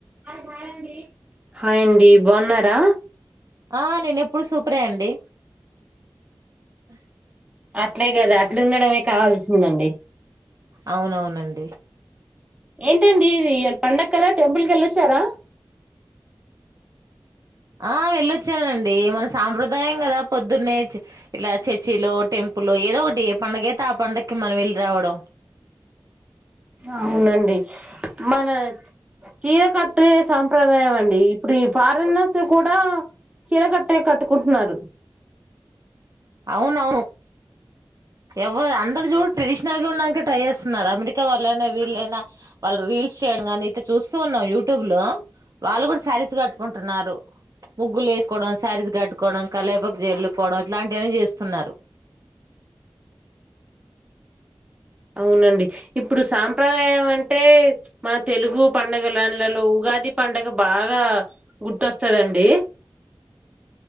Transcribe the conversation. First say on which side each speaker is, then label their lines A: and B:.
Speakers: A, on the right; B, on the right.
A: హ హాయ్ అండి హాయ్ అండి. బాగున్నారా
B: ఆ నేను ఎప్పుడు సూపరే అండి. ఆ
A: అట్లే కదా అట్లు ఉండడం మే కావాల్సిందండి.
B: అవునవునండి.
A: ఏంటండి ఇయ్యాల పండగ కదా టెంపుల్ కి వెళ్ళొచ్చారా.
B: ఆ వెళ్ళొచ్చానండి మన సాంప్రదాయం కదా పొద్దున్నే ఇట్లా చర్చిలో టెంపుల్లో ఏదో ఒకటి ఏ పండుగ అయితే ఆ పండకి మనం వెళ్ళి రావడం.
A: అవునండి. మన చీరకట్టే సాంప్రదాయం అండి ఇప్పుడు ఈ ఫారినర్స్ కూడా చీరకట్టే కట్టుకుంటున్నారు.
B: అవున అవును ఎవరు అందరు చూడు ట్రెడిషనల్గా ఉన్నాక ట్రై చేస్తున్నారు అమెరికా వాళ్ళైనా వీళ్ళైనా వాళ్ళు రీల్స్ చేయడం కానీ ఇతే చూస్తూ ఉన్నాం యూట్యూబ్ లో వాళ్ళు కూడా శారీస్ కట్ట. ట్ంటున్నారు ముగ్గులు వేసుకోవడం శారీస్ కట్టుకోవడం. కళ్ళాపు జల్లు ప <unintelligible> లాంటి స్తున్నారు
A: అవునండి ఇప్పుడు సాంప్రదాయం అంటే మన తెలుగు పండగలలలో ఇటు ఉగాది పండగ బాగా గుర్తొస్తదండి.